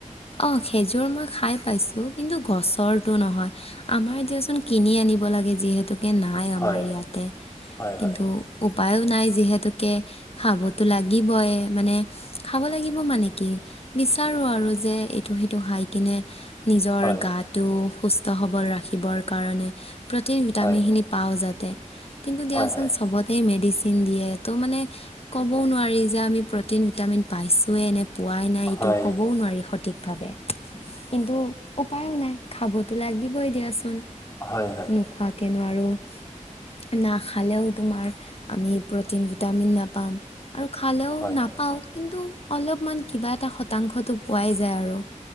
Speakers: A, on the left; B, on the left.
A: অঁ খেজুৰ মই খাই পাইছো৷ কিন্তু গছৰটো নহয়, আমাৰ দিয়াচোন কিনি আনিব লাগে যিহেতু৷ টোকে নাই আমাৰ
B: হয়
A: ইয়াতে,
B: হয়
A: কিন্তু
B: হয়
A: উপায়ো নাই যি যিহেতুকে খাবতো লাগিবই৷ মানে খাব লাগিব মানে কি? বিচাৰো আৰু যে এইটো সেইটো খাই কিনে নিজৰ
B: হয়
A: গাটো সুস্থ-সবল ৰাখিবৰ কাৰণে, প্ৰটিন ভিটামিনখিনি
B: হয়
A: পাওঁ যাতে৷ কিন্তু দিয়াচোন
B: হয় হয়
A: চবতে মেডিচি মিন দিয়ে, ত' মানে ক'বও নোৱাৰি যে আমি প্ৰটিন, ভিটামিন পাইছোয়ে নে? পোৱাই নাই, এইটো
B: হয়
A: ক'বও নোৱাৰি স সঠিকভাৱে৷ কিন্তু উপায়ো নাই, খাবতো লাগিবই দিয়াচোন৷
B: হয় হয়
A: নোখোৱাকেনো আৰু <inaudible> নাখালেও তোমাৰ আমি প্ৰটিন ভিটামিন নাপাম৷ আৰু খালেও
B: হয়
A: নাপাওঁ, কিন্তু অলপমান কিবা এটা শতাংশটো পোৱাই যায় আৰু৷